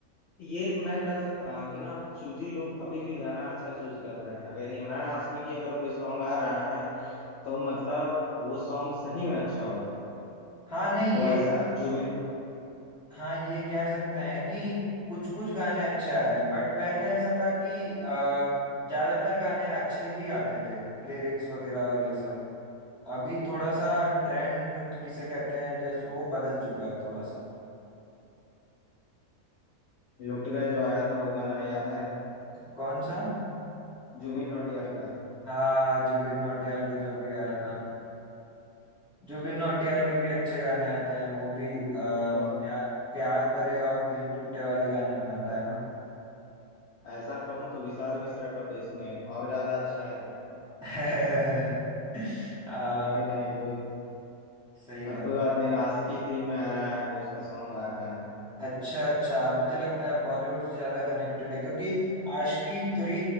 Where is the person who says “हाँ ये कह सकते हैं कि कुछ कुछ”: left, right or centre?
Centre